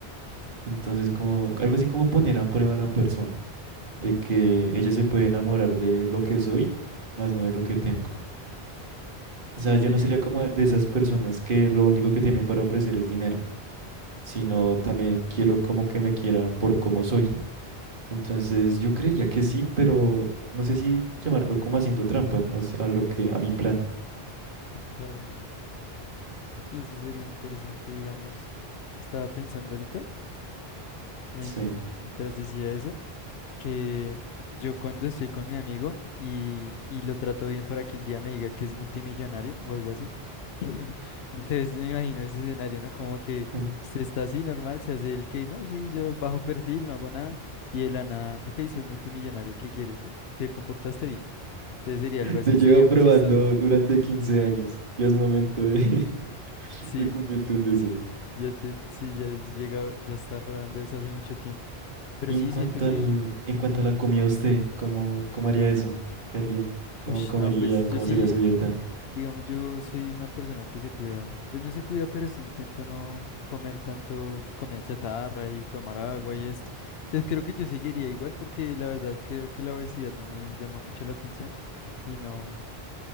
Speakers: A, on the right; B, on the left.
A: Entonces, como algo así como poner a prueba a la persona, de que ella se puede enamorar de lo que soy, más no de lo que tengo.
B: Sí,
A: O sea,
B: sería,
A: yo no sería como de esas personas que lo único que tienen para ofrecer es dinero, sino
B: claro,
A: también quiero como que me quieran por cómo soy. Entonces, yo creería que sí, pero no sé si llamarlo como haciendo trampa as- a lo que a mi plan.
B: claro. Sí, eso sería interesante, digamos. Estaba pensando ahorita en,
A: Sí.
B: mientras decía eso. que yo cuando estoy con mi amigo y, y lo trato bien para que un día me diga que es multimillonario o algo así. <laughs> Entonces me imagino ese escenario, ¿no? Como que
A: <laughs>
B: usted está así normal, se hace el que, no, sí, yo bajo perfil, no hago nada, y de la nada, ok, soy multimillonario, ¿qué quieres? ¿Te comportaste bien? Entonces sería algo así,
A: Te llevo
B: sería muy
A: probando
B: chistoso.
A: durante 15 años. Ya es momento de, <laughs>
B: Sí,
A: de cumplirte un deseo.
B: ya te, sí, ya es llegado, ya estaba probando eso hace mucho tiempo. Pero
A: Y
B: sí
A: en cuanto
B: siento que,
A: al, en cuanto a la comida, usted, ¿cómo, cómo haría eso? ¿Qué haría? ¿Cómo
B: uff,
A: comería?
B: no, pues yo
A: ¿Cómo
B: sí.
A: sería su dieta?
B: Digamos, yo soy una persona que se cuida, pues no se cuida, pero sí intento no comer tanto comida chatarra y tomar agua y esto. Entonces creo que yo seguiría igual porque la verdad creo que la obesidad no me llama mucho la atención y no